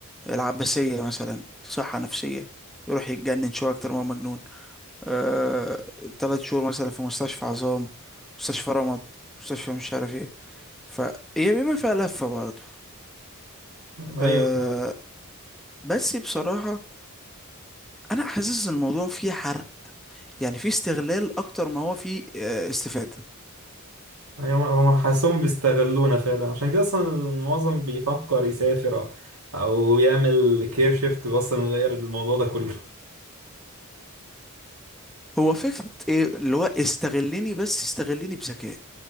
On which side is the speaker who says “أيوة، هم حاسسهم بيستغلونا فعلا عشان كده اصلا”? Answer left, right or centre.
Right